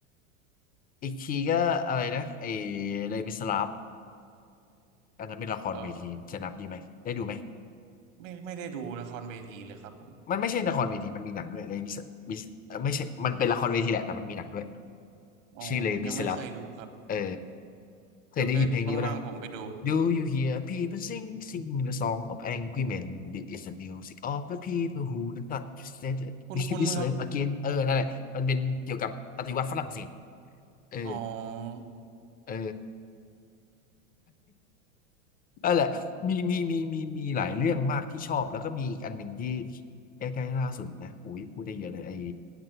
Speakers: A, on the left; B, on the right.
A: อีกทีก็อะไรนะไอเลมิสลาฟอันนั้นเป็นละครเวทีจะนับดีไหมได้ดูไหม
B: เออไม่ไม่ได้ดูละครเวทีเลยครับผม
A: มันไม่ใช่ละครเวทีมันมีหนังด้วยเลมิสมิสเออไม่ใช่มันเป็นละครเวทีแหละแต่มันมีหนังด้วย
B: อ๋อยังไม่เคยดูครับ
A: ชื่อเลมิสลาฟเออเคยได้ยินเพลงนี้ป่ะนะ
B: เดี๋ยวเว็บว่างๆผมไปดู
A: Do you hear people sing, sing the song of angry men? This is the music of the people who do not say t h t
B: คุณคุณครับ
A: we should be slave again. เออนั่นแหละมันเป็นเกี่ยวกับปฏิวัติฝรั่งเศสเออ
B: อ๋อ
A: เออนั่นแหละมีมีมีมีมีหลายเรื่องมากที่ชอบแล้วก็มีอีกอันหนึ่งที่ใกล้ๆล่าสุดนะโอ้ยพูดได้เยอะเลยไอ